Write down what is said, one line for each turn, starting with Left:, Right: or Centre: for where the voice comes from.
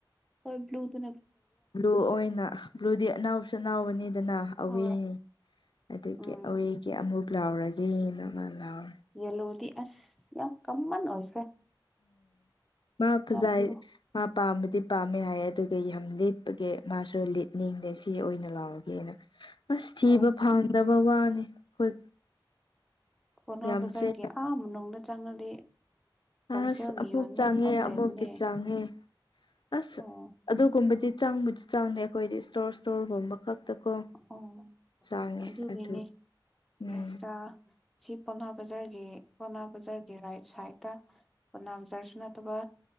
Centre: ꯍꯣꯏ ꯕ꯭ꯂꯨ ꯇꯨ
Left: ꯕ꯭ꯂꯨ ꯑꯣꯏꯅ ꯕ꯭ꯂꯨꯗꯤ ꯑꯅꯥꯎꯁꯨ ꯑꯅꯥꯎꯕꯅꯤꯗꯅ ꯑꯋꯤꯅꯤ
Centre: ꯍꯣꯏ
Left: ꯑꯗꯨꯒꯤ
Centre: ꯎꯝ
Left: ꯑꯩꯋꯦꯒꯤ ꯑꯃꯨꯛ ꯂꯥꯎꯔꯒꯦꯅ ꯑꯃ ꯂꯥꯎꯔ
Centre: ꯌꯦꯂꯣꯗꯤ ꯑꯁ ꯌꯥꯝ ꯀꯃꯟ ꯑꯣꯏꯈ꯭ꯔꯦ
Left: ꯃꯥꯄꯖ
Centre: ꯕ꯭ꯂꯨ
Left: ꯃꯥ ꯄꯥꯝꯕꯗꯤ ꯄꯥꯝꯃꯦ ꯍꯥꯏ ꯑꯗꯨꯒ ꯌꯥꯝ ꯂꯤꯠꯄꯒꯤ ꯃꯥꯁꯨ ꯂꯤꯠꯅꯤꯡꯗꯦ ꯁꯤ ꯑꯣꯏꯅ ꯂꯥꯎꯑꯣꯒꯦꯅ ꯑꯁ ꯊꯤꯕ
Centre: ꯍꯣꯏ
Left: ꯐꯪꯗꯕ ꯋꯥꯅꯤ ꯑꯩꯈꯣꯏ
Centre: ꯀꯅꯥ
Left: ꯌꯥꯝ
Centre: ꯕꯖꯥꯔꯒꯤ
Left: ꯆꯦꯟ
Centre: ꯑꯥ ꯅꯨꯡꯗ ꯆꯪꯉꯗꯤ ꯍꯣꯁꯦꯜꯒꯤ
Left: ꯑꯁ ꯑꯃꯨꯛ
Centre: ꯌꯣꯟꯕ
Left: ꯆꯪꯉꯦ
Centre: ꯃꯐꯝ ꯂꯩꯕꯅꯦ
Left: ꯑꯃꯨꯛꯀꯤ ꯆꯪꯉꯦ ꯑꯁ
Centre: ꯑꯣ
Left: ꯑꯗꯨꯒꯨꯝꯕꯗꯤ ꯆꯪꯕꯨꯗꯤ ꯆꯪꯗ ꯑꯩꯈꯣꯏꯗꯤ ꯏꯁꯇꯣꯔ ꯏꯁꯇꯣꯔꯒꯨꯝꯕ ꯈꯛꯇꯀꯣ
Centre: ꯑꯣ
Left: ꯆꯪꯉꯦ
Centre: ꯑꯗꯨꯒꯤꯅꯤ
Left: ꯑꯗꯨ ꯎꯝ
Centre: ꯌꯥꯁꯤꯔꯥ ꯁꯤ ꯄꯣꯅꯥ ꯕꯖꯥꯔꯒꯤ ꯄꯣꯅꯥ ꯕꯖꯥꯔꯒꯤ ꯔꯥꯏꯠ ꯁꯥꯏꯗꯠꯇ ꯄꯣꯅꯥ ꯕꯖꯥꯔꯁꯨ ꯅꯠꯇꯕ